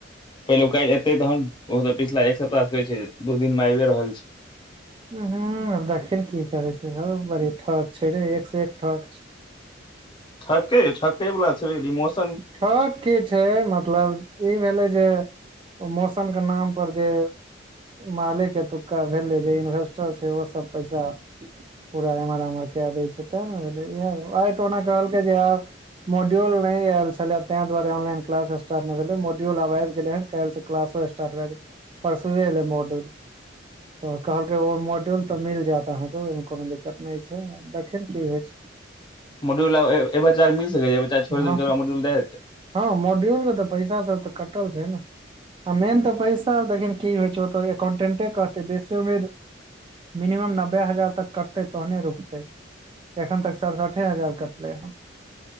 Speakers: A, on the left (about 25°); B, on the right (about 30°).
A: पहिले काल्हि एतै तन ओ तऽ पिछिला एक सप्ताह कहे छै दू दिन मे आबि रहल छै
B: हू देखि की करे छै बड़ी ठक छै रे एक से एक ठक छै
A: ठाकके ठाककै बला छै मस्त
B: ठक की छै मतलब ई भेलै जे मौसम के नाम पर जे मालिक एतुक्का भेलै जे इन्वेस्टर छै ओ सब पैसा पूरा एम्हर आम्हर क दै छै ते न आ तऽ ओना कहलकै जे आ मोड्यूल नहि आल छलैब ए दुआरे ऑनलाइन क्लास स्टार्ट नहि भेले मॉड्यूल आब आबि गेले ह काल्हि क्लासो स्टार्ट भए गेलै परसू अलै मोडूर तऽ कहलकै ओ मॉडल तऽ मिल जायत अहाँके ओहिमे कोनो दिक्कत नहि छै देखिन की होइ छै
A: मॉडूल आब बच्चा मिलसकै जे बच्च छोर
B: हँ
A: देलक मॉडूल द देत
B: हँ मॉड्यूल के तऽ पैसा सब तऽ कटल छै न आ मेन तऽ पैसा देख की होइ छौ ओत एककाउंटेंटे कहते बेसी उम्मीद मिनमम नब्बे हजार तक कटतै तहने रुकतै एखन तक सड़सठे हजार कटलै हन